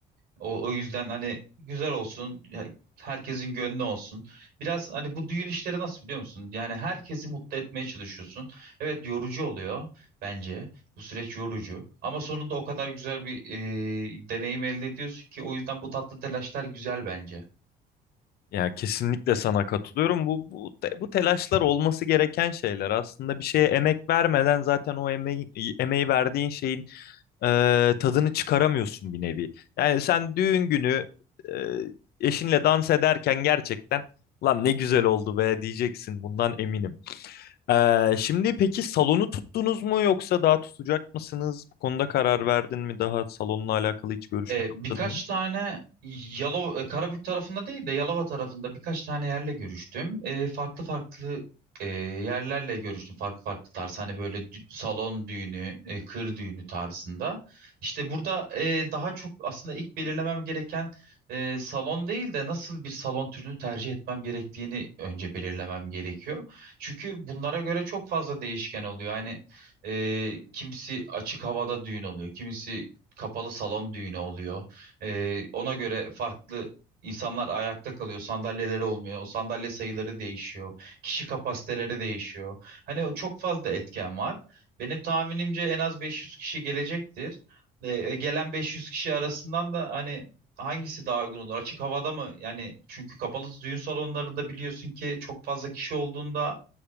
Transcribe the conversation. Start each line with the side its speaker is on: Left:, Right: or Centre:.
Right: O, o yüzden hani güzel olsun, ya herkesin gönlü olsun. Biraz hani bu düğün işleri nasıl biliyor musun? Yani herkesi mutlu etmeye çalışıyorsun. Evet yorucu oluyor bence. Bu süreç yorucu. Ama sonunda o kadar güzel bir e, deneyim elde ediyorsun ki o yüzden bu tatlı telaşlar güzel bence.
Left: Yani kesinlikle sana katılıyorum. Bu, bu, te- bu telaşlar olması gereken şeyler. Aslında bir şeye emek vermeden zaten o emeği, emeği verdiğin şeyin e, tadını çıkaramıyorsun bir nevi. Yani sen düğün günü e, eşinle dans ederken gerçekten Lan ne güzel oldu be diyeceksin bundan eminim. Ee, şimdi peki salonu tuttunuz mu yoksa daha tutacak mısınız? Bu konuda karar verdin mi? Daha salonla alakalı hiç görüşme
Right: E,
Left: yaptın
Right: birkaç
Left: mı?
Right: tane Yalova, e, Karabük tarafında değil de Yalova tarafında birkaç tane yerle görüştüm. E, farklı farklı e, yerlerle görüştüm. Farklı farklı tarz. Hani böyle dü- salon düğünü, e, kır düğünü tarzında. İşte burada e, daha çok aslında ilk belirlemem gereken e, salon değil de nasıl bir salon türünü tercih etmem gerektiğini önce belirlemem gerekiyor. Çünkü bunlara göre çok fazla değişken oluyor. Hani e, kimisi açık havada düğün oluyor. Kimisi kapalı salon düğünü oluyor. Ee, ona göre farklı insanlar ayakta kalıyor. Sandalyeleri olmuyor. O sandalye sayıları değişiyor. Kişi kapasiteleri değişiyor. Hani o çok fazla etken var. Benim tahminimce en az 500 kişi gelecektir. Ee, gelen 500 kişi arasından da hani hangisi daha uygun olur? Açık havada mı? Yani çünkü kapalı düğün salonlarında biliyorsun ki çok fazla kişi olduğunda